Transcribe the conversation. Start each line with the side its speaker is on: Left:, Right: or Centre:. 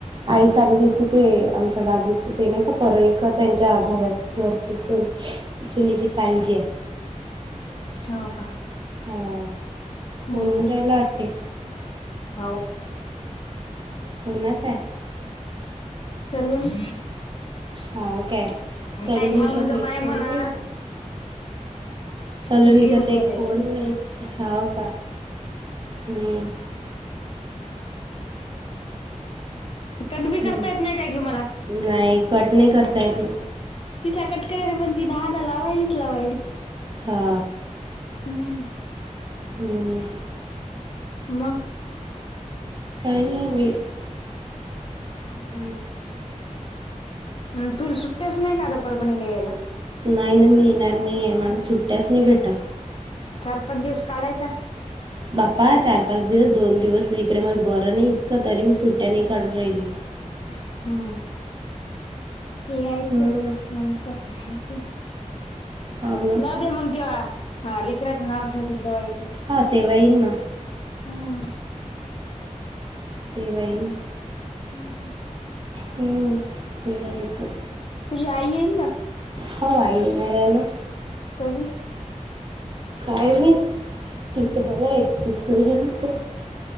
Right: आई चालली होती ते आमच्या बाजूचं ते नाही का परळीकर त्यांच्या घरात घरची सुन, सुनीची सांजी आहे.
Left: हो का.
Right: हां
Left: हूं!
Right: फोन येऊ राहिला वाटते
Left: हाव
Right: कोणाचा आहे
Left: सलून.
Right: हा ओ काय
Left: नाही
Right: सालू
Left: थांब
Right: इचा
Left: ग
Right: काय
Left: बाय
Right: फोन
Left: म्हणा
Right: नही. सालूनीचा
Left: व्हिडिओ
Right: आता एक
Left: करायला.
Right: फोन नही, हावं का हूं.
Left: कट बी
Right: हम्म
Left: करता येत नाही काय कि मला.
Right: नाही कट नाही करता येत ना
Left: तिचा कटकरू राहिले पण ती दहा दा लावायलीच लावायली.
Right: हा!
Left: हूं!
Right: हूं!
Left: म!
Right: काही नही बई.
Left: हू! हू तुल सुट्ट्याच नही का आता परभणीला यायला?
Right: नाही ना मी येणार नाही आहे, माला सुट्ट्याच नाही भेटतां.
Left: चार पाच दिवस काढायचा.
Right: <inaudible> बाप्पा चार पाच दिवस दोन दिवस इकडे मला बरं नाही इतकं, तरी मी सुट्ट्या नही काढू राहिली.
Left: हू यायचं
Right: हम्म
Left: नंतर काय होतंय.
Right: हाव ना
Left: जाऊ दे मग तेव्हा हं लेकराचं नाव ठेवतील तेव्हा ये.
Right: हा तेव्हा येईन ना
Left: हं!
Right: तेव्हा येईल.
Left: <unintelligible>
Right: हू तेव्हा येतो.
Left: तुझी आई येईल ना?
Right: हो आई येणार आहे ना.
Left: कधी?
Right: काय नी तिच बरंय एकतीस ला येईल ती.